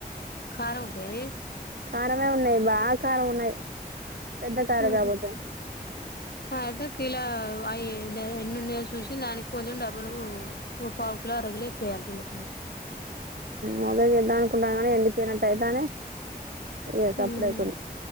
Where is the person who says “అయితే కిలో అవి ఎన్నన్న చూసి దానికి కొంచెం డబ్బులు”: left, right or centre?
Left